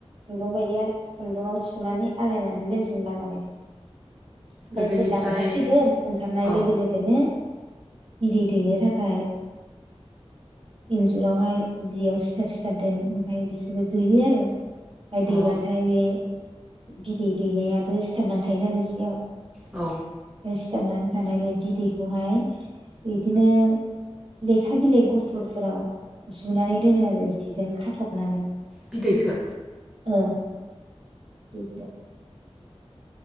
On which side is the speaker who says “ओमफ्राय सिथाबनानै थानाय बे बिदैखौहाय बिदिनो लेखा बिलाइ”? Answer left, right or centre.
Right